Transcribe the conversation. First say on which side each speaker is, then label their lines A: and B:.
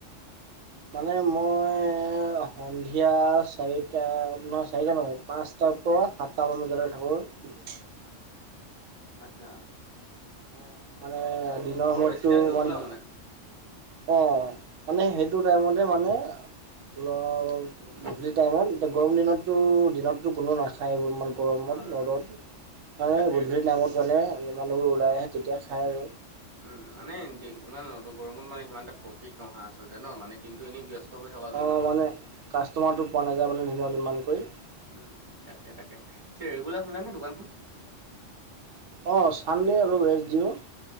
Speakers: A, on the right (about 85°); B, on the right (about 30°).
A: মানে মই ই ই সন্ধিয়া চাৰিটা ন' চাৰিলৈকে পাঁচটাৰ পৰা সাতামান বজালৈকে থাকোঁ।
B: আচ্ছা।
A: ' মানে
B: ব-
A: দিনৰ
B: বৰ
A: সময়তো
B: বেছি টাইম নোখোলা
A: ইমান।
B: মানে
A: অহ' মানে সেইটো টাইমতে মানে ল।
B: উম,
A: গধূলি টাইমত এতিয়া গৰম দিনতটো দিনতো কোনো নাখায়। ঠাইবোৰ ইমান গৰমত
B: অ'
A: ৰ'দত মানে
B: তাকে
A: গধূলি টাইমত। জনে মানুহবোৰ ওলাই আহে। তেতিয়া খায় আৰু।
B: উম মানে দি ইমান ৰ'দ গৰমত মানে সিমান এটা প্ৰফিট নহয় আচলতে ন'। মানে দিনটো এনেই ব্যস্ত। হৈ থকা যেন
A: অহ
B: হয়।
A: মানে কাষ্টমাৰটো পোৱা নাযায় মানে দিনত ইমান কৰি।
B: উম তাকে তাকে। পিছে ৰেগুলাৰ খোলা নে দোকানখন?
A: অহ চানডে অলপ ৰেষ্ট দিওঁ